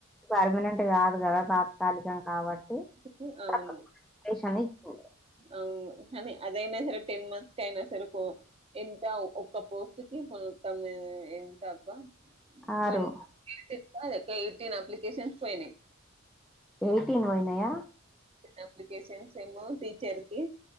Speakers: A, in the centre; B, on the right.
A: పర్మనెంట్ కాదు కదా తాత్కాలికం కాబట్టి
B: కాబట్టి అవును
A: తకు కేషన్ని ఇచ్చిది
B: అవును కానీ అదైనా సరే టెన్ మంత్స్కైన సరిపోవు ఇంత ఒక్క పోస్ట్ కి తమ్ మీద ఎంత అక్క
A: ఆరు
B: వన్ ఎయిటిన్ కదే ఎయిటీన్ అప్లికేషన్స్ పోయినయ్
A: ఎయిటీన్ పోయినయ
B: అప్లికేషన్స్ ఏమో టీచర్కి